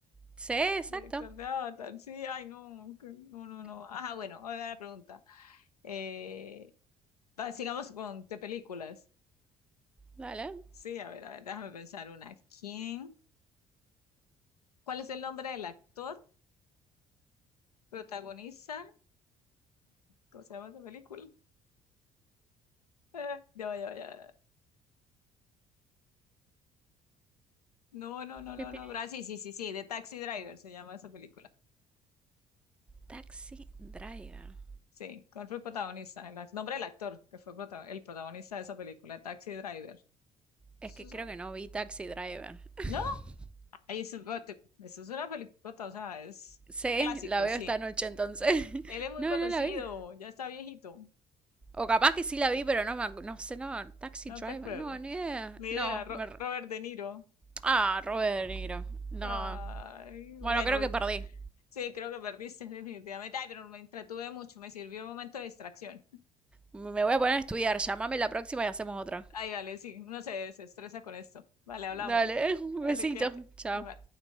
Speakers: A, in the centre; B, on the left (about 80°).
A: Sí, exacto.
B: Director de Avatar. Sí, ay, no. que- No, no, no. Ajá, bueno, ahora la pregunta. Eh, va, sigamos con de películas.
A: Dale.
B: Sí, a ver, a ver, déjame pensar una. ¿Quién? ¿Cuál es el nombre del actor? Protagoniza, ¿cómo se llama esa película? <laughs> Eh, ya va, ya va, ya va. No, no, no, no,
A: Pipi.
B: no, bra- Sí, sí, sí, sí, de Taxi Driver se llama esa película.
A: Taxi Driver.
B: Sí, ¿cuál fue el protagonista? El ac- nombre del actor que fue prota- el protagonista de esa película, Taxi Driver.
A: Es
B: Eso
A: que
B: es
A: creo
B: un-
A: que no vi Taxi Driver. <laughs>
B: ¿No? Ahí es, eso es una película, o sea, es
A: sí,
B: clásico,
A: la veo
B: sí.
A: esta noche entonces. <laughs>
B: Él es muy
A: no,
B: conocido,
A: no la vi.
B: ya está viejito,
A: O capaz que sí la vi, pero no me no sé, no, Taxi
B: no
A: Driver,
B: te acuerdo.
A: no, ni idea.
B: Ni idea,
A: No,
B: Ro-
A: me
B: Robert De Niro.
A: Ah, Robert De Niro. No.
B: Ay,
A: Bueno,
B: bueno,
A: creo que perdí.
B: Sí, creo que perdiste <laughs> definitivamente. Ay, pero me entretuve mucho, me sirvió un momento de distracción.
A: Me voy a poner a estudiar. Llámame la próxima y hacemos otra.
B: Ay, dale, sí, uno se desestresa con esto. Vale, hablamos.
A: Dale, <laughs> un
B: Dale,
A: besito.
B: quédate.
A: Chao.
B: Igual.